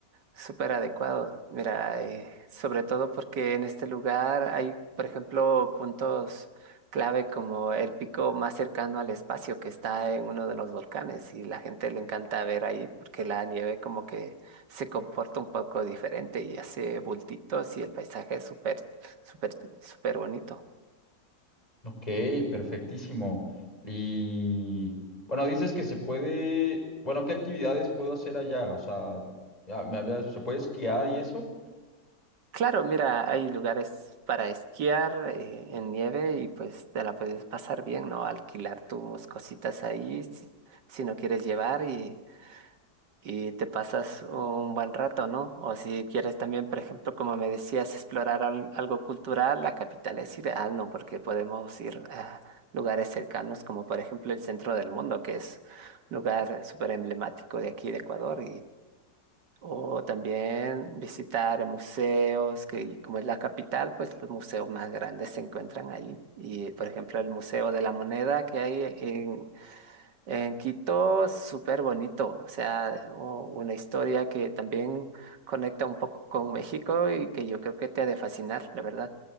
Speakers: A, on the right (about 85°); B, on the left (about 20°).
A: súper adecuado. Mira, eh, sobre todo porque en este lugar hay, por ejemplo, puntos clave como el pico más cercano al espacio que está en uno de los volcanes y la gente le encanta ver ahí porque la nieve como que se comporta un poco diferente y hace bultitos y el paisaje es súper, súper, súper bonito.
B: Ok, perfectísimo. Y bueno, dices que se puede, bueno, ¿qué actividades puedo hacer allá? O sea, ya me había- ¿se puede esquiar y eso?
A: Claro, mira, hay lugares para esquiar eh, en nieve y pues te la puedes pasar bien, ¿no? Alquilar tus cositas ahí si, si no quieres llevar y, y te pasas un buen rato, ¿no? O si quieres también, por ejemplo, como me decías, explorar al- algo cultural, la capital es ideal, ¿no? Porque podemos ir a lugares cercanos como por ejemplo el centro del mundo, que es un lugar súper emblemático de aquí de Ecuador o también visitar museos, que como es la capital, pues los museos más grandes se encuentran ahí. Y por ejemplo, el Museo de la Moneda que hay en, en Quito, súper bonito. O sea, u- una historia que también conecta un poco con México y que yo creo que te ha de fascinar, la verdad.